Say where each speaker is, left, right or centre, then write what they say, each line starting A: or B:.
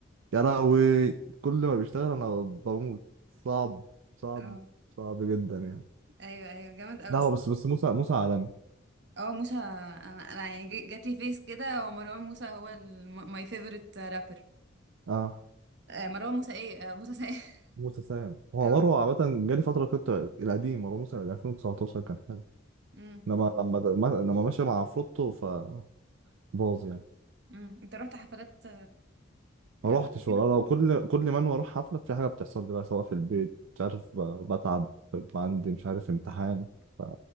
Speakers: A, on the right (about 85°); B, on the right (about 60°).
A: يا لهوي كل ما بيشتغل انا بموت صعب صعب
B: اه
A: صعب جدا يعني
B: ايوه ايوه جامد قوي
A: ده هو بس بس موسى موسى عالمي
B: اه موسى انا انا يعني جي- جات لي فيس كده هو مروان موسى هو ماي فيفورت رابر
A: اه
B: مروان موسى ايه آه، موسى سايق <laughs>
A: موسى سام هو
B: اه
A: مروه عامة جالي فترة كنت القديم مروه موسى ال 2019 كان حلو
B: امم
A: انما لما د- ما- لما ماشي مع عفروتو فباظ يعني
B: امم انت رحت حفلات
A: ما
B: راب
A: روحتش
B: كده
A: والله لو كل كل ما انا اروح حفلة في حاجة بتحصل لي بقى سواء في البيت مش عارف ب- بتعب بيبقى عندي مش عارف امتحان ف...